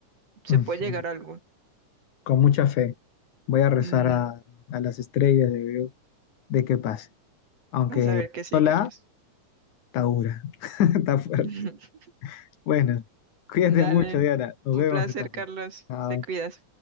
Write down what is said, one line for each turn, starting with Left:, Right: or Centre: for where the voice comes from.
Right: se
Left: <laughs> Ujú.
Right: puede llegar a algo.
Left: Con mucha fe. Voy a rezar
Right: Mm,
Left: a, a las estrellas de Dios de que pase. Aunque
Right: vas a ver que sí,
Left: no la
Right: Carlos.
Left: está dura, <laughs> está fuerte.
Right: <laughs>
Left: Bueno, cuídate
Right: Dale,
Left: mucho, Diana. Nos
Right: un
Left: vemos
Right: placer,
Left: esta vez.
Right: Carlos.
Left: Chao.
Right: Te cuidas.